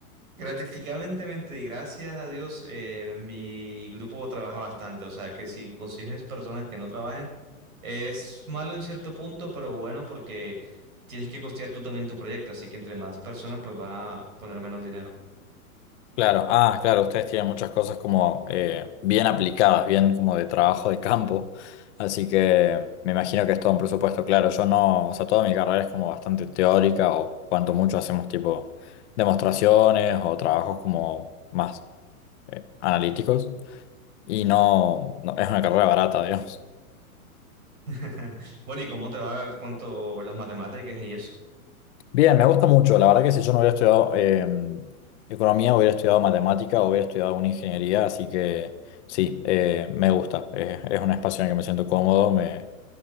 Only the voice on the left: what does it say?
Claro, ah, claro, ustedes tienen muchas cosas como eh, bien aplicadas, bien como de trabajo de campo, así que me imagino que es todo un presupuesto, claro, yo no, o sea, toda mi carrera es como bastante teórica o cuanto mucho hacemos tipo demostraciones o trabajos como más eh, analíticos y no, no, es una carrera barata, digamos.
Bien, me gusta mucho. La verdad que si yo no hubiera estudiado eh, economía, hubiera estudiado matemática, o hubiera estudiado alguna ingeniería, así que sí, eh, me gusta. Eh, es un espacio en el que me siento cómodo, me,